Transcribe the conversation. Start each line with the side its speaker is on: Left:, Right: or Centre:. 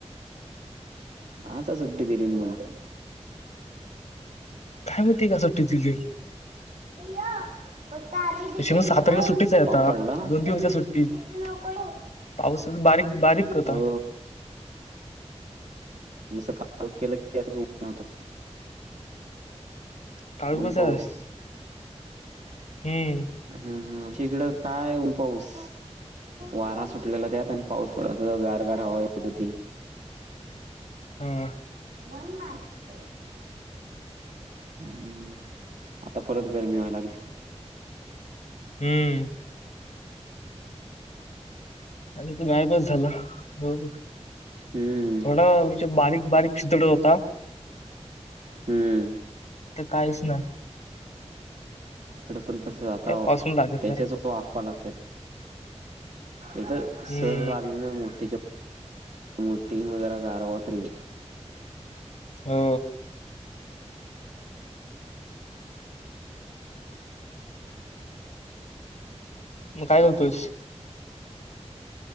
Right: आता सुट्टी दिलीन मंग.
Left: <unintelligible> काय माहती का सुट्टी दिली.
Right: तू य फक्त आधी दीदी
Left: तशी पण सहा तारखेला
Right: य
Left: सुट्टीच आहे आता
Right: पाऊस पडला
Left: दोन दिवस सुट्टी
Right: दीदी नको येऊस
Left: पाऊस बारीक बारीक होता.
Right: हो मी सकाळी आंघोळ केली की झोपणार आता.
Left: काळुकच
Right: ऊन पाऊस
Left: आहे हम्म
Right: हम् हम् तिकड काय ऊन पाऊस वारा सुटलेला त्यात आणि पाऊस पडत होता गार गार हवा येत होती.
Left: हम्म
Right: वनमार्क हम्म आता परत गरमी व्हायला लागली
Left: हम्म अर तू गायबस झाला हो.
Right: हम्म
Left: थोडा म्हणजे बारीक बारीक शितोडा होता.
Right: हम्म
Left: तर कायच ना.
Right: हड पण तसं आता
Left: काय पासून लागत
Right: त्याच्याच
Left: नाही
Right: अफवा लागतात इथ
Left: हम्म
Right: सर लागली ना मोठी मुठी मदर गारवतिव
Left: हो मग काय बोलतोस